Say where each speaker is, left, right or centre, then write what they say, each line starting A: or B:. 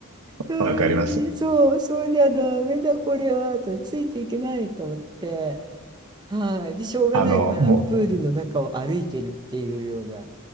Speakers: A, on the right; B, on the right.
A: うん、
B: わかります。
A: でね、そう、それではダメだこれは、と、ついていけないと思って、はい。で、しょうがないから、
B: あの、もう、
A: プールの中を歩いてるっていうような、